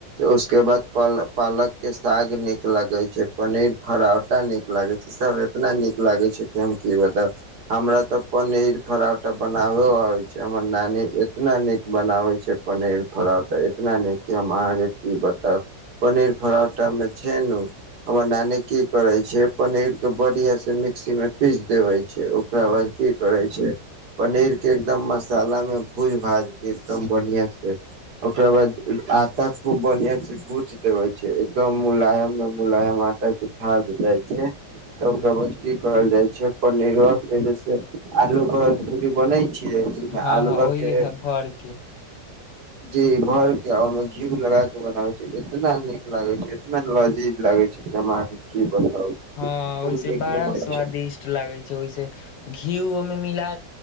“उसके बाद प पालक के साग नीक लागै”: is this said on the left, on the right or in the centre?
Right